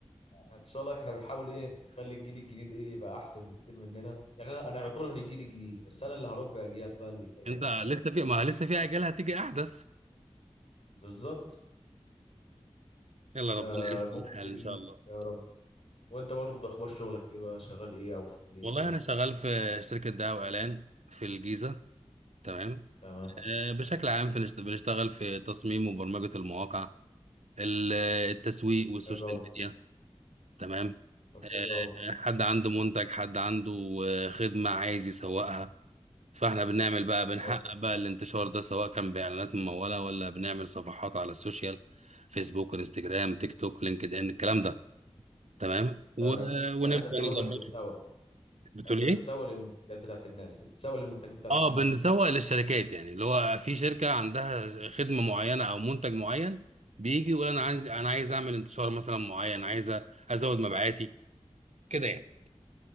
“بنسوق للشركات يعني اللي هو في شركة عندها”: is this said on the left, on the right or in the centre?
Right